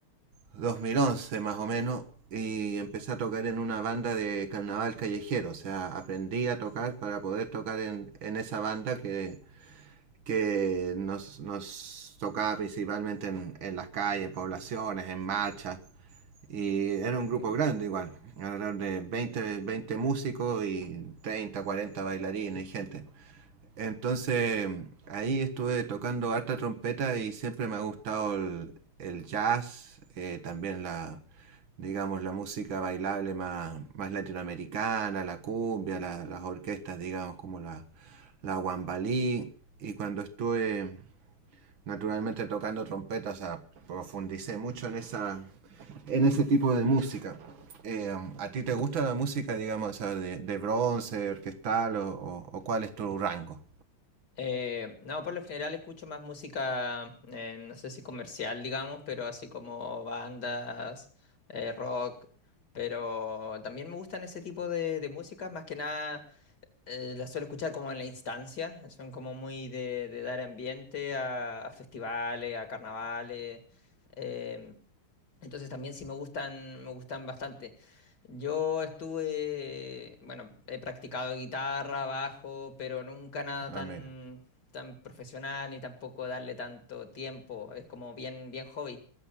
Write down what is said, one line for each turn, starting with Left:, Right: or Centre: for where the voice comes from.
Right: 2011 más o menos, y empecé a tocar en una banda de carnaval callejero, o sea, aprendí a tocar para poder tocar en, en esa banda que, que nos, nos tocaba principalmente en, en las calles, en poblaciones, en marchas. Y era
Left: Ok.
Right: un grupo grande igual, alrededor de veinte veinte músicos y 30 40 bailarines y gente. Entonces ahí estuve tocando harta trompeta y siempre me ha gustado el, el jazz, eh, también la, digamos, la música bailable más, más latinoamericana, la cumbia, la- las orquestas, digamos, como la, la guambalí. Y cuando estuve naturalmente tocando trompeta trompetas, profundicé mucho en esa, en ese tipo de música. Eh, ¿A ti te gusta la música, digamos, de, de bronce, orquestal o, o- o cuál es tu rango?
Left: Eh, no, por lo general escucho más música, eh, no sé si comercial, digamos, pero así como bandas, eh, rock, pero también me gustan ese tipo de, de músicas, más que nada eh, las suelo escuchar como en la instancia, son como muy de, de dar ambiente a, a festivales, a carnavales. em, entonces también sí me gustan, me gustan bastante. Yo estuve, bueno, he practicado guitarra, bajo, pero nunca nada
Right: Ah,
Left: tan,
Right: mira.
Left: tan profesional ni tampoco darle tanto tiempo. Es como bien, bien hobby.